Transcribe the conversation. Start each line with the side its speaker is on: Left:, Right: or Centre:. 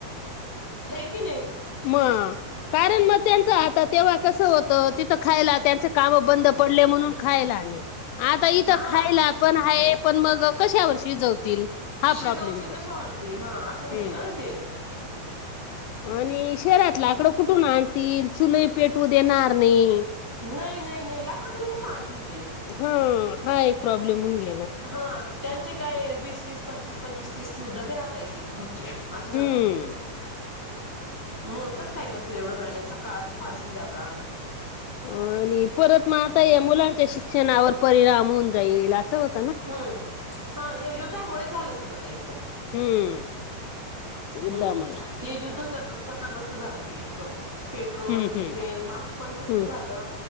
Right: हे की नई
Left: म कारण मग त्यांच आता तेव्हा कस होत तिथ खायला त्यांच काम बंद पडले म्हणून खायला आणि आता इथ
Right: हा
Left: खायला
Right: हा
Left: पण हाय पण मग कशावर शिजवतील हा
Right: शिजवतील
Left: प्रॉब्लेम
Right: कशावरती हा अस
Left: हम्म
Right: होईल ना ते
Left: आणि शहरात लाकड कुठून आणतील चुलई पेटवू देणार नाही.
Right: नाही, नाही नाही, लाकडं तरी कुठून आणतील ते?
Left: हा हा एक प्रॉब्लेम <unintelligible>
Right: हा त्यांचे काय वीस, वीस, पंचवीस, पंचवीस, तीस, तीस डबे राहताय की एक, एक घरचे. आशे राहता
Left: हम्म.
Right: तेचं मग कसं काय करतील एवढं मॅनेज? सकाळ, दुपार, संध्याकाळ.
Left: आणि परत म आता या मुलांच्या शिक्षणावर परिणाम होऊन जाईल असं होत
Right: हम्म ह्या युद्धामुळे झालं सगळं ताई पण
Left: हम्म. युद्धामुळे
Right: हम्म हे युद्ध जर नसतं, तर नसतं झालं हे एवढं. पेट्रोल,
Left: हम्म
Right: डिझेल
Left: हम्म
Right: महाग पण नसतं
Left: हम्म
Right: झालं.